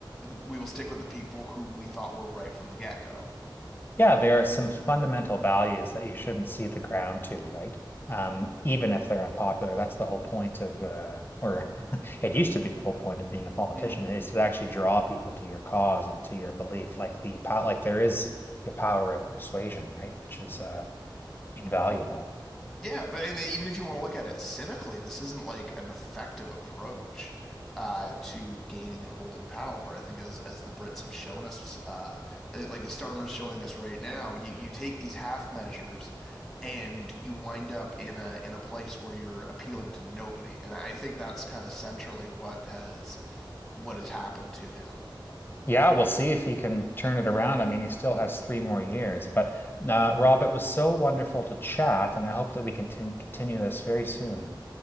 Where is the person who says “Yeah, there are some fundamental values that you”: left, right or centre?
Left